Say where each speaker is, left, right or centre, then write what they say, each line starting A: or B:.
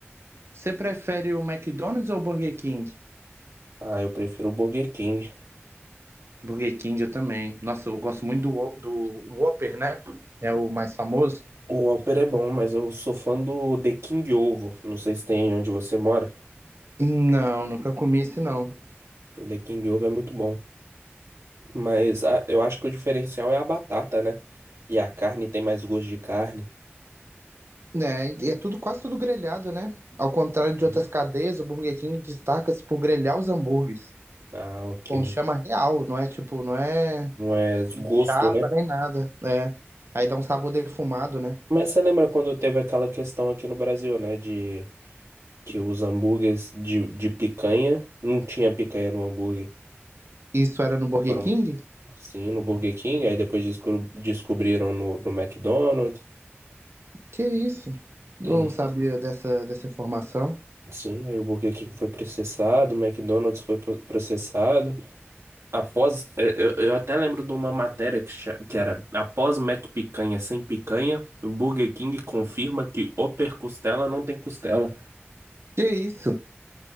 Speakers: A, on the right; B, on the right.
A: Você prefere o McDonald's ou o Burger King?
B: Ah, eu prefiro o Burger King.
A: Burger King eu também. Nossa, eu gosto muito do, Who- do Whopper, né? É o mais famoso.
B: O Whopper é bom, mas eu sou fã do The King Ovo. Não sei se tem onde você mora.
A: Não, nunca comi esse não.
B: O The King Ovo é muito bom. Mas a- eu acho que o diferencial é a batata, né? E a carne tem mais gosto de carne.
A: É, e é tudo quase tudo grelhado, né? Ao contrário de
B: Uhum.
A: outras cadeias, o Burger King destaca-se por grelhar os hambúrgueres.
B: Ah, ok.
A: Com chama real, não é tipo, não é
B: Não é gosto,
A: chapa
B: né?
A: nem nada. né? Aí dá um sabor defumado, né?
B: Mas você lembra quando teve aquela questão aqui no Brasil, né? De que os hambúrgueres de, de picanha não tinha picanha no hambúrguer.
A: Isso era no Burger
B: Foram
A: King?
B: Sim, no Burger King, aí depois descobri- descobriram no, no McDonald's.
A: Que isso? Não
B: E,
A: sabia dessa, dessa informação.
B: sim, aí o Burger King foi processado, o McDonald's foi po- processado. Após, é, eu, eu até lembro de uma matéria que, cha- que era após McPicanha sem picanha, o Burger King confirma que Upper Costela não tem costela.
A: Que isso?